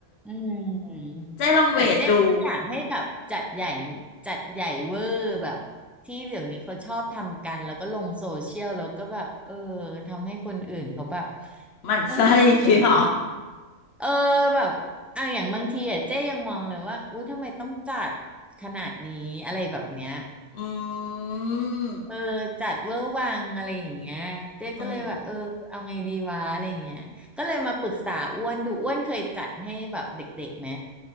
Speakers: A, in the centre; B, on the left.
A: อืม
B: เจ๊ลองเวทดู
A: แต่เจ๊ไม่อยากให้แบบจัดใหญ่จัดใหญ่เวอร์แบบที่เดี๋ยวนี้เขาชอบทำกันแล้วก็ลงโซเชียลแล้วก็แบบเออทำให้คนอื่นเขาแบบ
B: หมั่นไส้อีกเหรอ
A: เอยอะไยงเ้เออแบบอ่ะอย่างบางทีอ่ะเจ๊ยังมองเลยว่าอุ้ยทำไมต้องจัดขนาดนี้อะไรแบบเนี้ย
B: อืม
A: เออจัดเวอร์วังอะไรอย่างเงี้ยเจ๊ก็เลยแบบเออเอาไงดีวะอะไรอย่างเงี้ยก็เลยมาปรึกษาอ้วนดูอ้วนเคยจัดให้แบบเด็กๆไหม
B: อืม